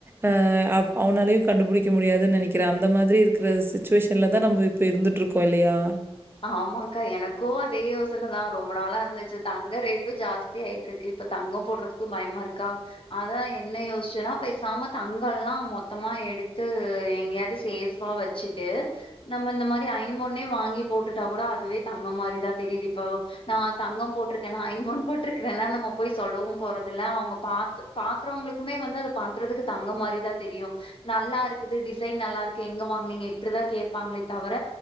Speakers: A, on the right; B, on the left.
A: அ அவனாலையு கண்டுபிடிக்க முடியாதுன்னு நெனைக்கிற அந்த மாதிரி இருக்குற சுச்சுவேஷன்ல தா நம்ம இப் இப்போ இருந்துட்ருக்கோ இல்லயா
B: ஆமாக்கா எனக்கு அதே யோசனதா ரொம்ப நாளா இருந்துச்சு தங்க ரேட்டு ஜாஸ்தி ஆயிட்டு இருக் இப்ப தங்க போடுறதுக்கும் பயமா இருக்கா அதா என்ன யோசிச்சுன்னா பேசாம தங்கல்லா மொத்தமா எடுத்து எங்கேயாவது சேஃபா வெச் வெச்சட்டு நம்ம இந்த மாதிரி ஐம்பொண்ணே வாங்கி போட்டுட்டா கூட அதுவே தங்கோ மாரிதா தெரியிது இப்ப நா தங்கோ போட்டிருக்கேனா ஐம்பொண் போட்ருக்றேனா நம்ம போய் சொல்லவு போறதில்ல அவுங்க பாத் பாக்குறவங்களுக்குமே வந்து அது பாக்கறதுக்கு தங்கோ மாரி தா தெரியு நல்லாருக்குது டிசைன் நல்லாருக்கு எங்க வாங்குனீங்க இப்டிதா கேப்பாங்ளே தவிர